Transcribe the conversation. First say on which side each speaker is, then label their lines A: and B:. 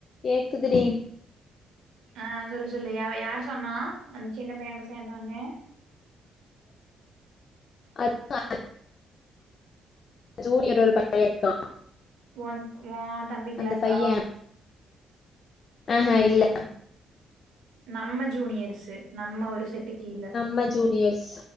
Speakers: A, on the left; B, on the right.
A: கேக்குதுடி
B: ஆ சொல்லு சொல்லு யவ் யார் சொன்னா அந் சின்ன பைய அங்க சேந்தன்னு
A: <inaudible> ஜுனியர் ஒரு பையே பையருக்கா
B: ஒன் ஓ தம்பி கிளாஸா
A: அந்த பைய அஹா இல்ல
B: நம்ம ஜூனியர்ஸு நம்ம ஒரு செட்டு கீழ
A: நம்ம ஜூனியர்ஸ்